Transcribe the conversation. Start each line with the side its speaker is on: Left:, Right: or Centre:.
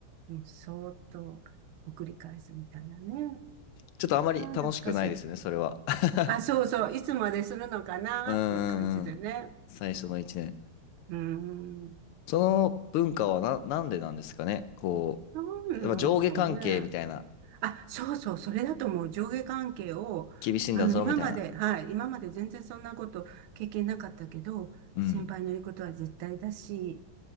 Right: うん、そーっと送り返すみたいなね。
Left: ちょっとあまり楽しくないですね、
Right: ああ、懐かしい。
Left: それは。<laughs>
Right: あ、そうそう、いつまでするのかなっていう感じでね。
Left: うんうんうん。最初の一年。
Right: うーん、
Left: その文化はな、なんでなんですかね。こ
Right: なんなんでしょうね。
Left: う、やっぱ上下関係みたいな、
Right: あ、そうそう、それだと思う。上下関係を、
Left: 厳しいんだぞ、
Right: あの、今まで、
Left: みたいな。
Right: はい、今まで全然そんなこと経験なかったけど、
Left: うん。
Right: 先輩の言うことは絶対だし、